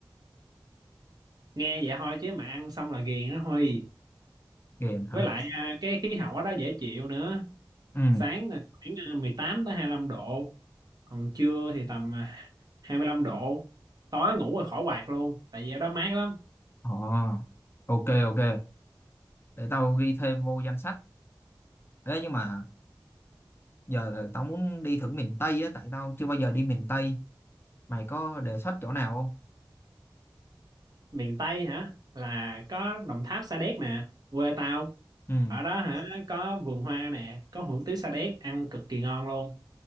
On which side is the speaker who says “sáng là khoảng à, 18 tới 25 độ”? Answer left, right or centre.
Right